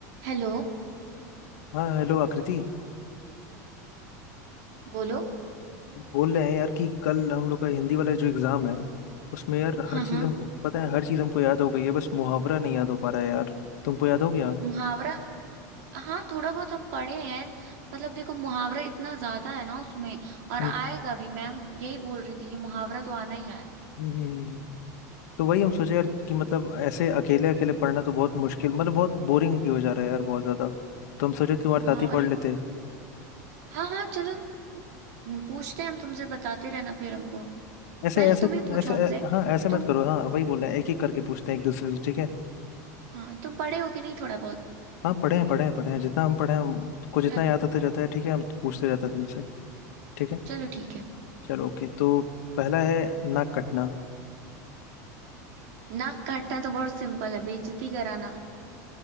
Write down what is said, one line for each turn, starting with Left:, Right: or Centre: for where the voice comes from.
Right: Hello
Left: हाँ हेलो आकृति
Right: बोलो
Left: बोल रहे हैं यार कि कल हम लोग का हिंदी वाला जो एग्जाम है उसमें यार हर
Right: हाँ
Left: चीज
Right: हाँ
Left: हमको पता है हर चीज हमको याद हो गई है बस मुहावरा नहीं याद हो पा रहा है यार तुमको याद हो गया हम्म
Right: मुहावरा हाँ थोड़ा बहुत हम पढ़े हैं मतलब देखो मुहावरा इतना ज्यादा है ना उसमें और
Left: हम्म,
Right: आएगा भी मैम यही बोल रही थी कि मुहावरा तो आना ही है
Left: हम्म। हम्म, हम्म। तो वही हम सोचे यार कि मतलब ऐसे अकेले अकेले पढ़ना तो बहुत मुश्किल मतलब बहुत बोरिंग भी हो जा रहा है यार बहुत ज्यादा तो हम सोचे तुम्हारे
Right: हाँ
Left: साथ ही
Right: और
Left: पढ़
Right: इतना
Left: लेते
Right: हाँ हाँ चलो हम्म, पूछते हैं हम तुमसे बताते रहना फिर हमको
Left: ऐसे
Right: पहले
Left: ऐसे
Right: तुम ही पूछो
Left: ऐसे
Right: हमसे
Left: ऐ- हाँ ऐसे मत
Right: तुम
Left: करो हाँ वही बोल रहे हैं एक एक करके पूछते हैं एक दूसरे से ठीक है
Right: हाँ तुम पढ़े हो कि नहीं थोड़ा बहुत
Left: हाँ पढ़े हैं पढ़े हैं पढ़े हैं जितना हम पढ़े हैं हमको
Right: चलो
Left: जितना याद होते रहता है ठीक है हम पूछते रहते हैं तुमसे ठीक है
Right: चलो ठीक है
Left: चलो ओके तो पहला है नाक कटना
Right: नाक काटना तो बहुत सिंपल है बेइज्जती कराना